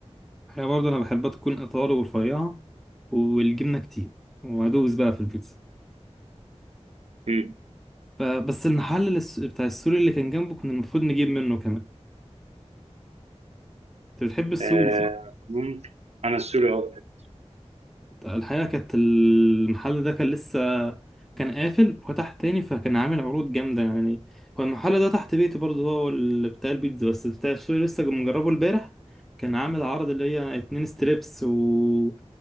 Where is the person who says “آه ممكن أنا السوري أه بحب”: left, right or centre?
Right